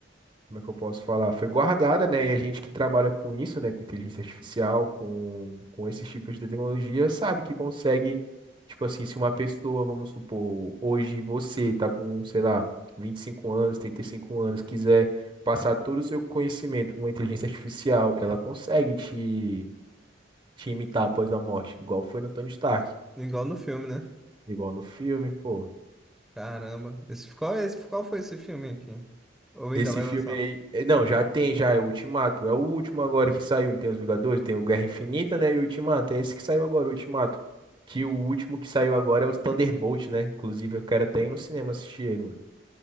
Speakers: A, on the right; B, in the centre.
A: como é que eu posso falar? Foi guardada, né? E a gente que trabalha com isso, né? Com inteligência artificial, com, com esses tipos de tecnologia, sabe que consegue, tipo assim, se uma pessoa, vamos supor, hoje você tá com, sei lá, 25 anos, 35 anos, quiser passar todo o seu conhecimento com uma inteligência artificial, ela consegue te, te imitar após a morte, igual foi no Tony Stark,
B: Igual no filme, né?
A: igual no filme, pô.
B: Caramba. Esse, qual, é esse, qual foi esse filme aqui? Ou ainda
A: Esse
B: vai
A: filme
B: lançar?
A: aí. eh, Não, já tem, já é o Ultimato. É o último agora que saiu. Não tem os Vingadores, tem o Guerra Infinita, né? E o Ultimato. É esse que saiu agora, o Ultimato. Que o último que saiu agora é os Thunderbolt, né? Inclusive, eu quero até ir no cinema assistir ele, mano.